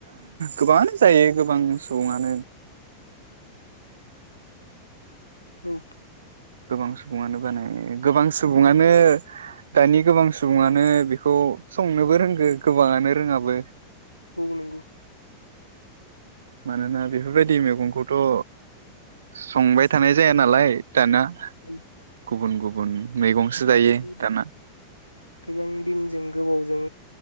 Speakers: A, on the right (about 65°); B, on the left (about 85°).
A: गोबाङानो जायो गोबां सुबुङानो
B: औ
A: गोबां सुबुङानो बानाय गोबां सुबुङानो दानि गोबां सुबुङानो बेखौ संनोबो रोंगो गोबाङानो रोङाबो
B: औ नंगौ
A: मानोना बेफोरबायदि मैगंखौथ' ओ संबाय थानाय जाया नालाय दाना
B: उम
A: गुबुन गुबुन मैगंसो जायो
B: गोबां
A: दाना
B: गोबां दिनजों गोबावजों